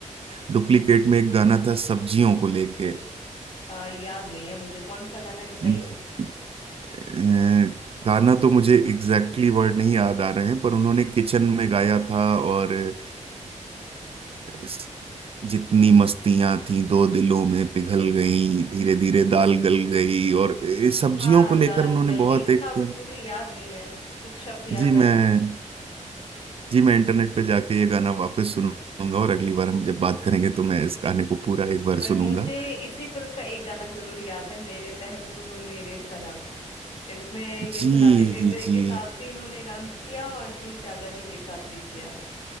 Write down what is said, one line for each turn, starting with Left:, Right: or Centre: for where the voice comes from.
Right: डुप्लीकेट में एक गाना था सब्जियों को लेके
Left: अ, याद नहीं है मुझे कौन सा गाना है बताइए
Right: जी। अ, गाना तो मुझे एग्जैक्टली exactly वर्ड नहीं याद आ रहे हैं पर उन्होंने किचन में गाया था और अ, स- जितनी मस्तियां थी दो दिलों में पिघल गई धीरे धीरे दाल गल गई और अ, सब्जियों
Left: हाँ
Right: को लेकर
Left: दाल
Right: उन्होंने
Left: गल
Right: बहुत
Left: गई
Right: एक
Left: था बट मुझे याद नहीं है कुछ शब्द याद
Right: जी
Left: आए
Right: मैं
Left: बट हाँ।
Right: जी मैं इंटरनेट पे जाके ये गाना वापस सुनूंगा और अगली बार हम जब बात करेंगे तो मैं इस गाने को पूरा एक बार
Left: बट
Right: सुनूंगा
Left: मुझे इसी फिल्म का एक गाना जरूर याद है मेरे महबूब मेरे सनम इसमें ये
Right: जी
Left: सोनाली बेंद्रे
Right: जी
Left: के साथ भी इन्होंने डांस किया और जूही चावला जी के साथ भी किया